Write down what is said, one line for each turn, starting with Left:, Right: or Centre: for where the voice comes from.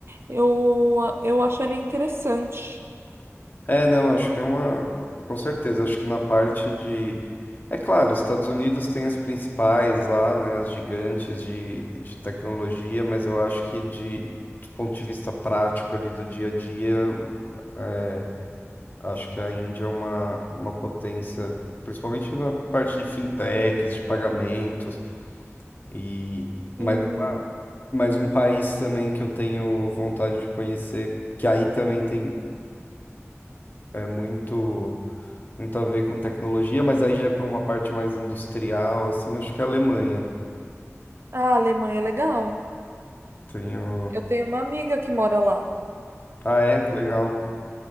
Right: eu, eu acharia interessante.
Left: É, não, acho que é uma. Com certeza, acho que na parte de. É claro, os Estados Unidos tem as principais lá, né, as gigantes de, de tecnologia, mas eu acho que de, do ponto de vista prático ali do dia a dia, o- é, acho que a Índia é uma, uma potência, principalmente na parte de fintechs, de pagamentos, e mais,
Right: E
Left: uma- mais um país também que eu tenho vontade de conhecer, que aí também tem é, muito. muito a ver com tecnologia, mas aí já é para uma parte mais industrial, assim, acho que é a Alemanha.
Right: ah, a Alemanha é legal.
Left: Tenho.
Right: Eu tenho uma amiga que mora lá.
Left: Ah, é? Que legal.